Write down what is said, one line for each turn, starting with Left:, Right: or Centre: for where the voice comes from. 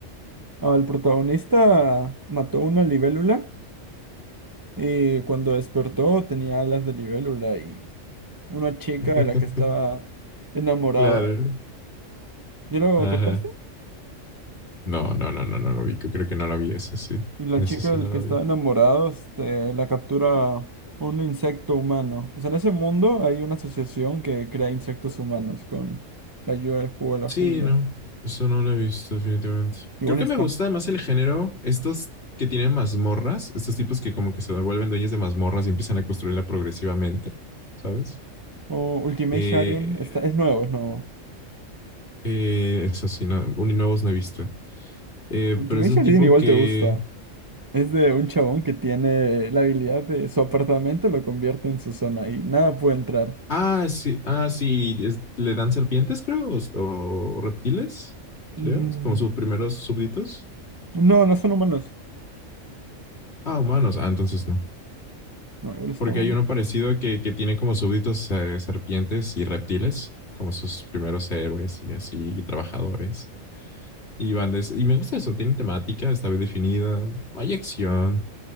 Right: Al protagonista mató una libélula. Y cuando despertó tenía alas de libélula y una chica
Left: <laughs>
Right: de la que estaba enamorado.
Left: Claro.
Right: ¿Ya lo
Left: Ajá.
Right: captaste?
Left: No, no, no, no, no lo vi. Creo que no la vi, ese sí.
Right: Y la
Left: Ese
Right: chica
Left: sí
Right: del
Left: no la
Right: que estaba
Left: vi.
Right: enamorado, este, la captura un insecto humano. O sea, en ese mundo hay una asociación que crea insectos humanos con la ayuda del juego de la
Left: Sí,
Right: jungla.
Left: no. Eso no lo he visto, definitivamente.
Right: Igual
Left: Creo que
Right: está.
Left: me gusta más el género, estos que tienen mazmorras, estos tipos que como que se vuelven dueños de mazmorras y empiezan a construirla progresivamente, ¿sabes?
Right: O Ultimate
Left: Eh,
Right: Sharing, está, es nuevo, es nuevo.
Left: eh, eso sí, no, un- nuevos no he visto. Eh,
Right: Ultimate
Left: pero es de
Right: Sharing
Left: un tipo
Right: igual
Left: que
Right: te gusta. Es de un chabón que tiene la habilidad de su apartamento lo convierte en su zona y nada puede entrar.
Left: Ah, sí, ah, sí, es- le dan serpientes, creo, o, o reptiles, creo,
Right: Mm,
Left: como sus primeros súbditos.
Right: no, no son humanos.
Left: Ah, humanos, ah, entonces no.
Right: No, igual está
Left: Porque
Right: bueno.
Left: hay uno parecido que, que tiene como súbditos eh, serpientes y reptiles, como sus primeros héroes y así, y trabajadores. Y van des- y me gusta eso, tiene temática, está bien definida, hay acción